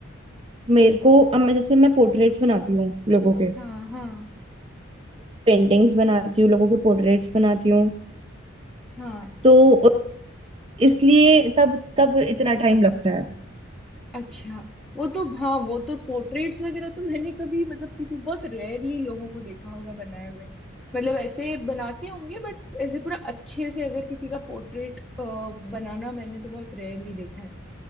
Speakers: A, on the right (about 25°); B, in the centre.
A: मेरे को अब मैं जैसे मैं पोर्ट्रेट्स बनाती हूँ लोगों के
B: हाँ हाँ
A: पेंटिंग्स बनाती हूँ लोगों के पोर्ट्रेट्स बनाती हूँ
B: हाँ
A: तो इसलिए तब तब इतना टाइम लगता है
B: अच्छा वो तो हाँ वो तो पोर्ट्रेट्स वगैरह तो मैंने कभी मतलब किसी बहुत रेयरली लोगों को देखा होगा बनाए हुए मतलब ऐसे बनाते होंगे बट ऐसे पूरा अच्छे से अगर किसी का पोर्ट्रेट बनाना मैंने तो बहुत रेयरली देखा है